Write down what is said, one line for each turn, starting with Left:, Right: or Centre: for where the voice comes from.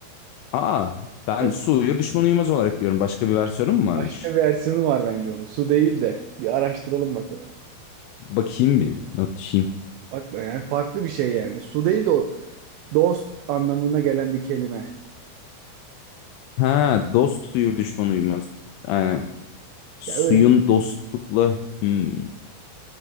Left: Aa ben
Right: Evet,
Left: su uyur düşman uyumaz olarak biliyorum başka bir versiyonu mu varmış?
Right: başka bir versiyonu var bence onun. Su değil de. Bir araştıralım bak onu.
Left: Bakayım bir not düşeyim.
Right: Bak be yani farklı bir şey yani. Su değil de o dost anlamına gelen bir kelime.
Left: Ha dost uyur düşman uyumaz. Ee, Suyun
Right: Ya öyle.
Left: dostlukla Hmm.